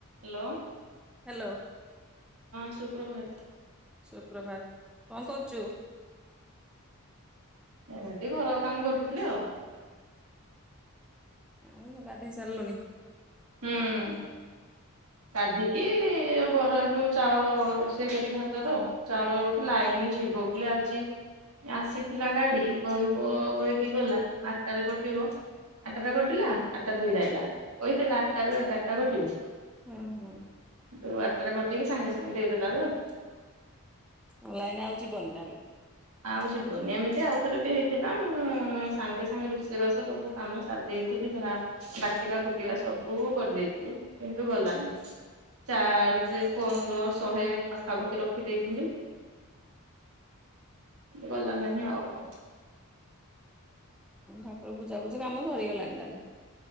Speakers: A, on the right; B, in the centre.
A: Hello.
B: Hello
A: ସୁପ୍ରଭାତ
B: ସୁପ୍ରଭାତ। କଣ କରୁଛୁ।
A: ଏମିତି ଘର କାମ କରୁଥୁଲି ଆଉ।
B: ଆଉ ଗାଧୋଇ ସାରିଲୁଣିି?
A: ହୁଁ ଗାଧିକିଉ ଘର ଯୋଉ ଚାଉଳ ରୋଷେଇ କରି ଭାତ ତ ଚାଉଳ ହଉଚି ଲାଇନ ଯିବ ବୋଲି ଆଜି ଆସିଥିଲା ଗାଡି କହିବ କହିକି ଗଲା ଆଠଟାରେ କଟିବ ଆଠଟାରେ କଟିଲା ଆଠଟା ଦୁଇ ଆଇଲା କହିଥିଲା। ଆଠ ଟା ରୁ ଏଗାରଟା ଘଟିବ।
B: ହୁଁ ହୁଁ।
A: ତୁ ଆଠଟା କଟିକି ସାଙ୍ଗେ ସାଙ୍ଗେ ଦେଇଦେଲ ଆ।
B: ମୁଁ ଲାଇନ ଆଉ ଜିବନି ତାହେଲେ
A: ଆଉ ଯିବନି ଏମିତି ଆଉ ଥରେ ବି ହେଇଥିଲା ମୁଁ ସାଙ୍ଗେ ସାଙ୍ଗେ ରୋଷେଇବାସ ସବୁ କାମ ସାରି ଦେଇେଇଥିଲି ଯାହା ବାଡକିବା କୁଟିବା ସବୁ କରିଦେଇଥିଲି କିନ୍ତୁ ଗଲାନି ଚାର୍ଜ ପନ୍ଦର ଶହେ ପାଖାପାଖି ରଖିଦେଇଥିଲି। ଗଲା ନ ଆଉ କଣ।
B: ଠାର ବୁଝା ବୁଝି କାମ ସରିଗଲାଣି ତାହେଲେ